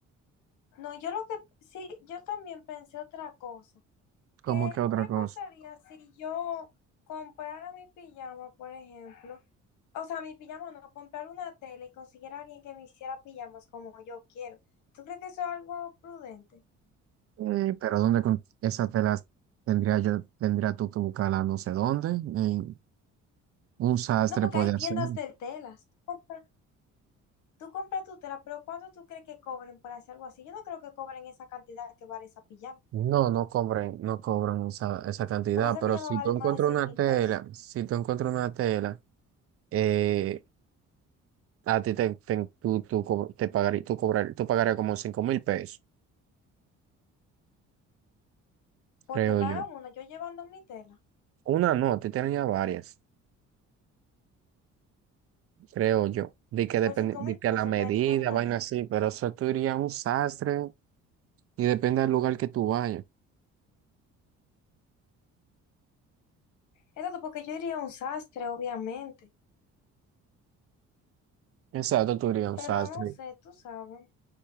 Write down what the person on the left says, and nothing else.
No, yo lo que, sí, yo también pensé otra cosa.
¿Qué,
qué
pasaría si yo comprara mi pijama, por ejemplo? O sea, mi pijama no, comprar una tela y consiguiera a alguien que me hiciera pijamas como yo quiero. ¿Tú crees que eso es algo prudente?
No, porque
hay tiendas
de telas. Tú compras, tú compras tu tela, pero ¿cuánto tú crees que cobren por hacer algo así? Yo no creo que cobren esa cantidad que vale esa pijama,
porque esa
pijama
vale
más
de seis
mil
pesos.
Porque
me
hagan una, yo llevando mi tela,
por cinco
mil
pesos
me harían varias.
Exacto, porque yo iría a un sastre, obviamente,
pero
no sé, tú sabes.